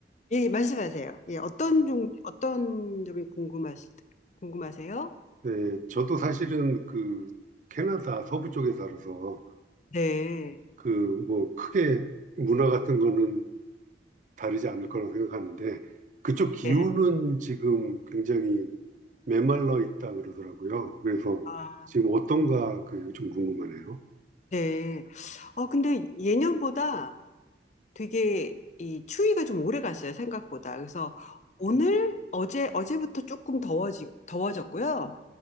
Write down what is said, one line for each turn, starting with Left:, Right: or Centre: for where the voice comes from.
Left: 예, 말씀하세요. 예, 어떤
Right: 예.
Left: 종, 어떤 점이 궁금하시, 궁금하세요?
Right: 네, 저도 사실은 그 캐나다 서부 쪽에 살아서
Left: 네,
Right: 그 뭐 크게 문화 같은 거는 다르지 않을 거라고 생각하는데 그쪽 기후는
Left: 네,
Right: 지금 굉장히 메말라 있다 그러더라고요. 그래서
Left: 아,
Right: 지금 어떤가 그 좀 궁금하네요.
Left: 네. 어, 근데 예년보다 되게 이 추위가 좀 오래 갔어요, 생각보다. 그래서 오늘, 어제, 어제부터 조금 더워지, 더워졌고요.